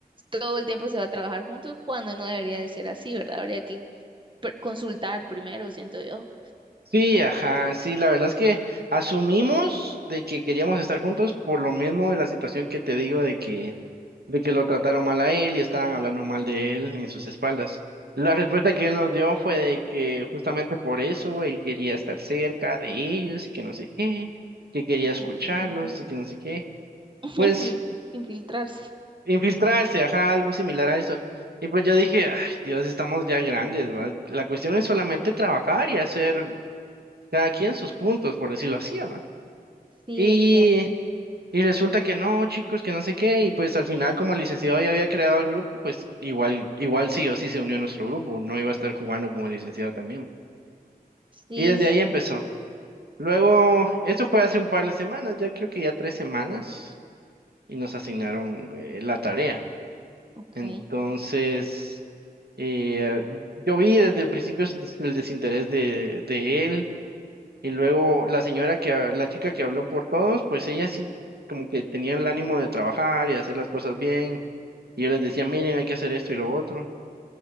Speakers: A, on the right; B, on the right.
A: todo el tiempo se va a trabajar juntos cuando no debería de ser así, ¿verdad? Habría que pr- consultar primero, siento yo.
B: Sí, ajá, sí, la verdad es que asumimos de que queríamos estar juntos por lo mismo de la situación que te digo de que, de que lo trataron mal a él y estaban hablando mal de él en sus espaldas. La respuesta que él nos dio fue de que justamente por eso él quería estar cerca de ellos y que no sé qué, que quería escucharlos
A: Mm,
B: y que no sé qué.
A: Influ-
B: Pues
A: <laughs> infiltrarse.
B: infiltrarse, ajá, algo similar a eso. Y pues yo dije, ay, Dios, estamos ya grandes, ¿va? La cuestión es solamente
A: Sí,
B: trabajar y hacer cada quien sus puntos, por decirlo así, ¿va?
A: sí,
B: Y,
A: exacto.
B: y resulta que no, chicos, que no sé qué, y pues al final como el licenciado ya había creado el grupo, pues igual, igual sí o sí se unió a nuestro grupo, no iba a estar jugando con el licenciado también.
A: Sí,
B: Y desde
A: sí.
B: ahí empezó. Luego, esto fue hace un par de semanas, ya creo que ya tres semanas, y nos asignaron eh, la tarea.
A: Ok.
B: Entonces, eh, yo vi desde el principio s- el desinterés de, de él Y luego la señora que, ha- la chica que habló por todos, pues ella sí como que tenía el ánimo de trabajar y hacer las cosas bien. Y yo les decía, miren, hay que hacer esto y lo otro.